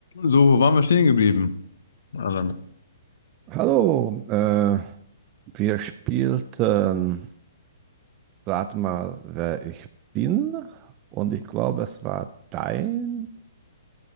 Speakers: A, on the left (about 70°); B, on the right (about 25°).
A: So, wo waren wir stehen geblieben? Adam?
B: Hallo, äh, wir spielten, rat mal, wer ich bin. Und ich glaube, es war dein.